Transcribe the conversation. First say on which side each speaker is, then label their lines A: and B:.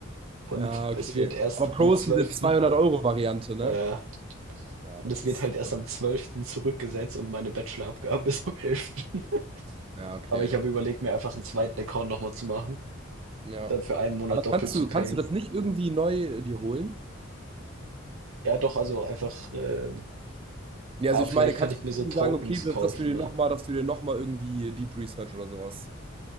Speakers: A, on the right (about 80°); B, on the right (about 25°).
A: und
B: Ja, okay.
A: es wird erst
B: Aber Pro
A: am
B: ist
A: zwölften
B: diese 200-Euro-Variante, ne?
A: äh,
B: Ja,
A: und
B: das
A: es
B: ist.
A: wird halt erst am zwölften zurückgesetzt und meine Bachelorabgabe <laughs> ist am elften. <laughs>
B: Ja, okay.
A: Aber ich habe überlegt, mir einfach einen zweiten Account noch mal zu machen.
B: Ja.
A: dann für einen Monat
B: Aber
A: doppelt
B: kannst
A: zu
B: du,
A: payen.
B: kannst du das nicht irgendwie neu dir holen?
A: Ja, doch, also einfach, ähm,
B: ja
A: aber
B: also ich
A: vielleicht
B: meine, kannst
A: kann ich
B: du
A: mir so
B: irgendwie
A: Tokens
B: sagen, okay, dass,
A: kaufen,
B: dass du dir
A: ne?
B: nochmal, dass du dir noch mal irgendwie Deep Research oder sowas.